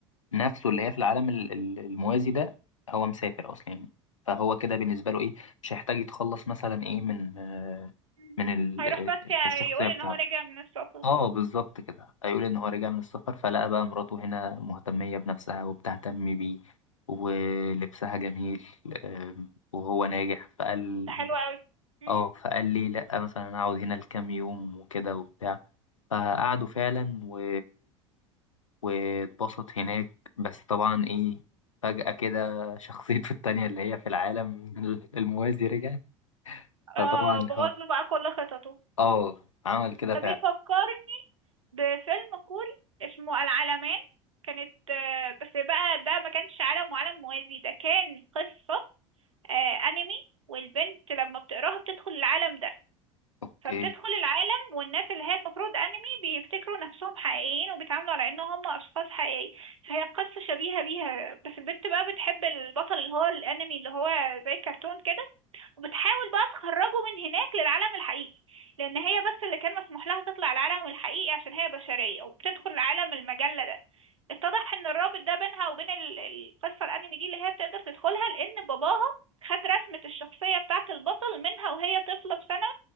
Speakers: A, on the left; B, on the right.
A: نفسه اللي هي في العالم ال- ال- الموازي ده هو مسافر أصلا يعني فهو كده بالنسبة له إيه مش هيحتاج يتخلص مثلا إيه من آه،
B: مم.
A: من ال-
B: هيروح بس
A: الشخصية
B: يقول
A: بتاعته
B: ان هو راجع من السفر
A: اه بالظبط كده هيقول ان هو رجع من السفر فلقى بقى مراته هنا مهتمية بنفسها وبتهتم بيه ولبسها جميل آم، وهو ناجح فقال
B: ده حلو قوي مم.
A: اه فقال لي لا مثلا انا هقعد هنا لكام يوم وكده وبتاع فقعدوا فعلا و... واتبسط هناك بس طبعا ايه فجأة كده شخصيته <laughs> التانية اللي هي في العالم الموازي رجعت
B: آه
A: فطبعا
B: بوظ
A: اه
B: له بقى كل خططه
A: اه عمل كده
B: ده
A: فعلا
B: بيفكرني بفيلم كوري اسمه العالمين كانت آه بس بقى ده ما كانش عالم وعالم موازي ده كان قصة آه انمي والبنت لما بتقراها بتدخل العالم ده
A: اوكي
B: فبتدخل العالم والناس اللي هي المفروض انمي بيفتكروا نفسهم حقيقيين وبيتعاملوا على ان هم اشخاص حقيقيين فهي قصة شبيهة بيها بس البنت بقى بتحب البطل اللي هو الانمي اللي هو زي كرتون كده وبتحاول بقى تخرجه من هناك للعالم الحقيقي لان هي بس اللي كان مسموح لها تطلع العالم الحقيقي عشان هي بشرية وبتدخل عالم المجلة ده اتضح ان الرابط ده بينها وبين ال- القصة الانمي دي اللي هي بتقدر تدخلها لان باباها خد رسمة الشخصية بتاعة البطل منها وهي طفلة بسنة